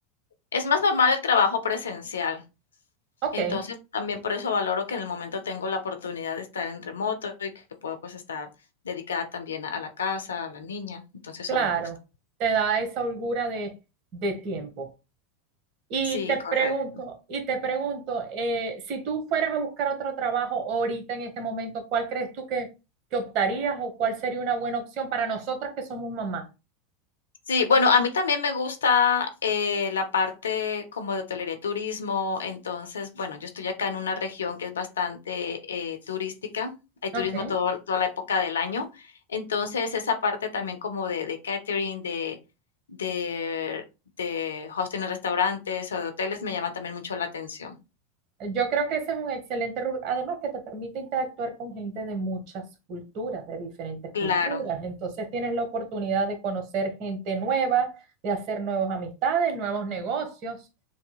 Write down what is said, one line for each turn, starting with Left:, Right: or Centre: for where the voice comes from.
Left: Es más normal el trabajo presencial.
Right: Ok,
Left: Entonces, también por eso valoro que en el momento tengo la oportunidad de estar en remoto y que puedo, pues, estar dedicada también a la casa, a la niña, entonces
Right: claro,
Left: eso me gusta.
Right: te da esa holgura de, de tiempo. Y
Left: Sí,
Right: te
Left: correcto.
Right: pregunto, y te pregunto, eh, si tú fueras a buscar otro trabajo ahorita en este momento, ¿cuál crees tú que, que optarías o cuál sería una buena opción para nosotras que somos mamás?
Left: Sí, bueno, a mí también me gusta, eh, la parte como de hotelería y turismo. Entonces, bueno, yo estoy acá en una región que es bastante, eh, turística. Hay turismo
Right: Ok,
Left: todo toda la época del año. Entonces, esa parte también como de de catering, de de de hosting en restaurantes o de hoteles me llama también mucho la atención.
Right: Yo creo que ese es un excelente rubro, además que te permite interactuar con gente de muchas culturas, de diferentes
Left: Claro,
Right: culturas. Entonces tienes la oportunidad de conocer gente nueva, de hacer nuevas amistades, nuevos negocios,